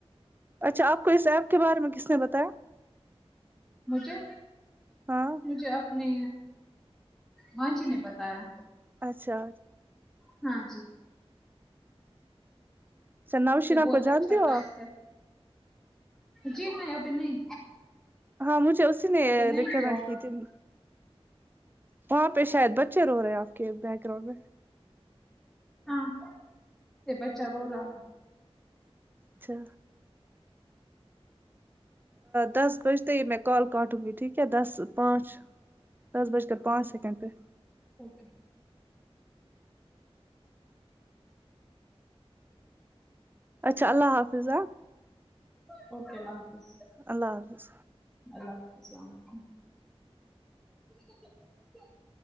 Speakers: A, on the right; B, in the centre.
A: اچھا آپ کو اس ایپ کے بارے میں کس نے بتایا
B: مجھے
A: ہاں
B: مجھے اپنے ماں جی نے بتایا
A: اچھا
B: ہاں جی
A: اچھا نوشینہ
B: یہ بہت
A: کو
B: اچھا
A: جانتی ہو
B: ٹاسک
A: آپ
B: ہے جی میں ابھی نہیں
A: ہاں مجھے اسی نے
B: ابھی نہیں
A: ریکمینڈ
B: کیا
A: کی تھی وہاں پہ شاید بچے رو رہے ہیں آپ کے بیک گراؤنڈ میں
B: ہاں یہ بچا رو رہا ہے
A: اچھا دس بجتے ہی میں کال کاٹوں گی ٹھیک ہے دس پانچ
B: ٹھیک
A: دس بج
B: ٹھیک
A: کر پانچ
B: ہے
A: سیکنڈ پر
B: اوکے
A: اچھا اللہ حافظ ہا
B: اوکے اللہ حافظ
A: اللہ حافظ
B: اللہ حفظ ااسلام علیکم ہ ہ ہ ہی